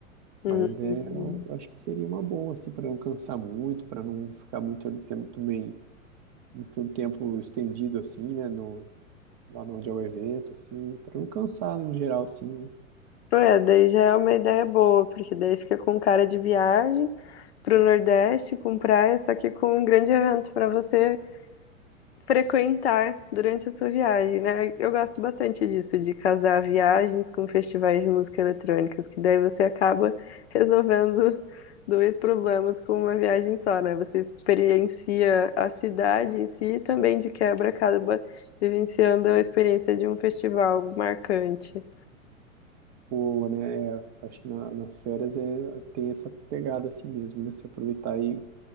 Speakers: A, on the left (about 50°); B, on the right (about 25°).
A: Uhum.
B: Mas é, eu acho que seria uma boa assim para não cansar muito, para não ficar muito ali tem- também muito tempo estendido assim, né, no lá no onde é o evento assim, para não cansar né, no geral assim, né?
A: É, daí já é uma ideia boa, porque daí fica com cara de viagem. para o Nordeste com praia, só que com um grande evento para você frequentar durante a sua viagem, né? Eu gosto bastante disso, de casar viagens com festivais de música eletrônicas, que daí você acaba resolvendo dois problemas com uma viagem só, né? Você experiencia a cidade em si e também de quebra acaba vivenciando a experiência de um festival marcante.
B: Ou, né, é, acho que na- nas férias é, tem essa pegada assim mesmo, né? Se aproveitar e